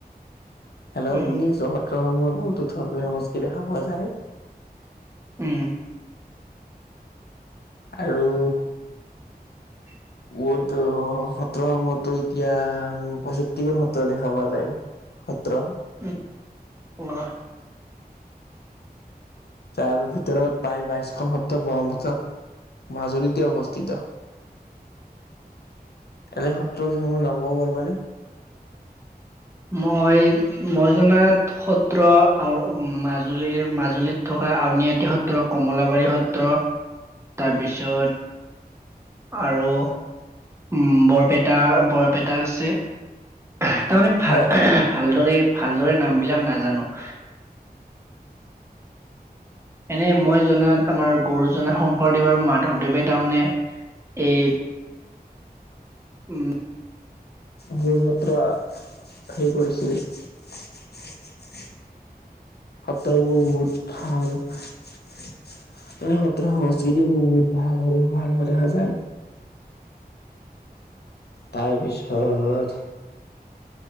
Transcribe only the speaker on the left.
হেল্ল'!
শুনি আছ? সত্ৰসমূহত বহুতো ধৰ্মীয় সংস্কৃতি দেখা পোৱা যায়।
আৰু
মোৰতো সত্ৰসমহতটো এতিয়া পষষ্ঠিখন সত্ৰ দেখা পোৱা যায়। সত্ৰ।
তাৰ ভিতৰত প্ৰায় বাইশখন সত্ৰ ব্ৰক্ষ্মপুত্ৰ। মাজুলীতে অৱস্থিত। এনে সত্ৰ কেইখনমান নাম ক'ব পাৰিবা নে?
হয়।
গুৰুসত্ৰ হেৰি কৰিছিল <inaudible> সত্ৰবোৰ বহুত ভাল। এই সত্ৰ সংস্কৃতিবোৰ বহুত ভাল <unintelligible> তাৰপিছত